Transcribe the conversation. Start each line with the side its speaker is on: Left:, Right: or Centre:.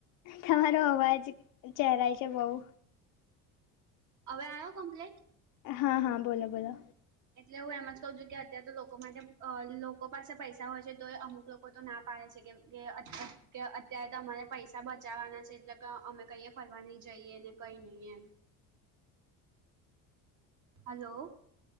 Left: તમારો અવાજ ચહેરાય છે બઉુ.
Right: હવે આવ્યો કમ્પ્લેટ.
Left: હા હા બોલો બોલો.
Right: એટલે હું એમ જ કહ છુ કે અત્ય્યારે તો લોકો માટે લોકો પાસે પૈસા હોય છે તો અમુક લોકો. તો ના પાડે છે કે અત્યારે તમારે પૈસા બચાવવાના છે એટ. અમે કઈએ ફરવા નહી જઈએ ને કઈ નહીિ એમ. હલો.